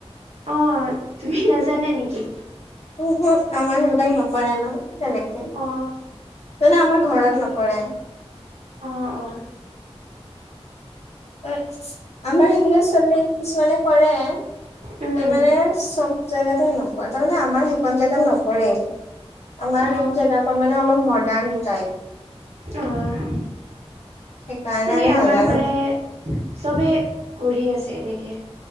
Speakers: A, on the right; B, on the left.
A: অ তুমি নাজানা নেকি?
B: উমহোঁ আমাৰ সেইবিলাক নকৰে ন' তেনেকে মানে
A: অ
B: আমাৰ ঘৰত নকৰে।
A: অঁ অহ।
B: অ আমাৰ সেইফালে চনমাৰিত কিছুমানে কৰে কিন্তু
A: উম উম
B: মানে চব জেগাতে নকৰে তাৰমানে আমাৰ সেইকণ জেগাত নকৰেই। আমাৰ
A: অ
B: জেগাকণ মানে অলপ মৰ্ডাণ টাইপ।
A: অহ
B: সেইকাৰণে
A: মানে
B: আমি
A: আমাৰ
B: নাজানো।
A: এইফালে চবে কৰি আছে এনেকে।